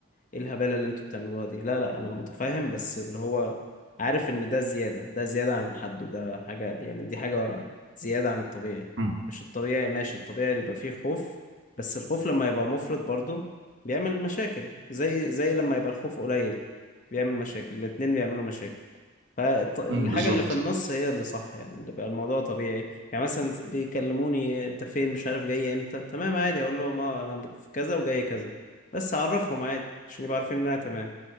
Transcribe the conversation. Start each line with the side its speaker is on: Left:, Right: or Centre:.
Left: ايه الهبالة اللي انتوا بتعملوها دي لا لا انا متفاهم بس اللي هو عارف ان ده زيادة ده زيادة عن حده ده حاجة يعني دي حاجة زيادة عن الطبيعي
Right: م-
Left: مش الطبيعي ماشي الطبيعي اللي يبقى فيه خوف بس الخوف لما يبقى مفرط برضو بيعمل مشاكل زي زي لما يبقى الخوف قليل بيعمل مشاكل الاتنين بيعملوا مشاكل فالحاجة
Right: م، بالظبط
Left: اللي في النص هي اللي صح يعني اللي بقى الموضوع طبيعي يعني مثلا بيكلموني انت فين مش عارف جاي امتى تمام عادي اقول لهم اه انا في كذا وجاي كذا بس اعرفهم عادي عشان يبقوا عارفين ان انا تمام